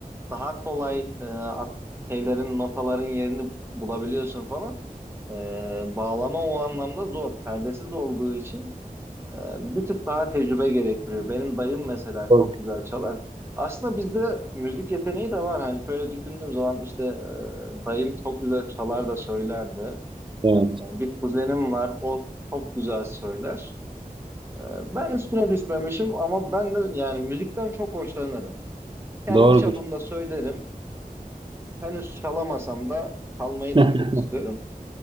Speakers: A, on the right; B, on the right.
A: daha kolay e, ak- şeylerin, notaların yerini bulabiliyorsun falan. E, bağlama o anlamda zor. Perdesiz olduğu için e, bir tık daha tecrübe gerektiriyor. Benim dayım mesela
B: Doğrudur.
A: çok güzel çalar. Aslında bizde müzik yeteneği de var. Hani şöyle düşündüğüm zaman işte Dayım çok güzel çalar da söylerdi.
B: Evet,
A: Yani bir kuzenim var, o çok güzel söyler. Ee, Ben üstüne düşmemişim ama ben de yani müzikten çok hoşlanırım. Kendi
B: doğrudur.
A: çapımda söylerim. Henüz çalamasam da çalmayı
B: <laughs>
A: da çok istiyorum.